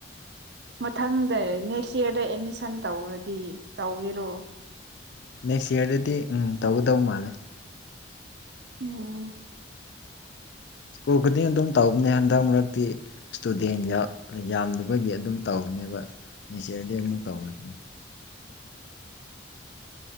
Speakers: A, on the right; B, on the left.
A: ꯃꯊꯪꯗ ꯅꯦꯛꯁ ꯌꯥꯔꯗ ꯑꯦꯗꯃꯤꯁꯟ ꯇꯧꯔꯗꯤ ꯇꯧꯒꯦꯔꯣ
B: ꯅꯦꯛꯁ ꯌꯥꯔꯗꯗꯤ ꯎꯝ ꯇꯧꯒꯗꯧ ꯃꯥꯜꯂꯦ
A: ꯑꯝ <unintelligible>
B: ꯁ꯭ꯀꯨꯜ ꯈꯨꯗꯤꯡ ꯑꯗꯨꯝ ꯇꯧꯕꯅꯦ ꯍꯟꯗꯛ ꯃꯔꯛꯇꯤ ꯁꯇꯨꯗꯦꯟ ꯌꯥꯝꯗꯕꯒꯤ ꯑꯗꯨꯝ ꯇꯧꯕꯅꯦꯕ ꯅꯦꯛꯁ ꯌꯥꯔꯗꯤ ꯑꯃꯨꯛ
A: ꯎꯝ
B: ꯇꯧꯒꯅꯤ